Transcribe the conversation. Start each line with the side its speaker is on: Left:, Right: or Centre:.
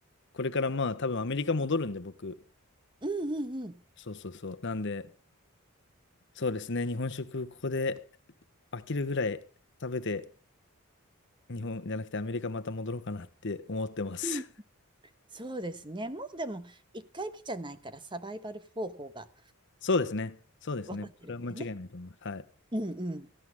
Left: これからまあ、多分アメリカ戻るんで、僕。
Right: うんうん。
Left: そうそうそう。なんで、そうですね、日本食、ここで飽きるぐらい食べて、日本じゃなくてアメリカまた戻ろうかなって思ってます。
Right: うん、
Left: <laughs>
Right: そうですね。もうでも、1回目じゃないから、サバイバル方法が
Left: そうですね、そうですね。
Right: 分かってるからね。
Left: それは間違いないと思います。はい。
Right: うんうん。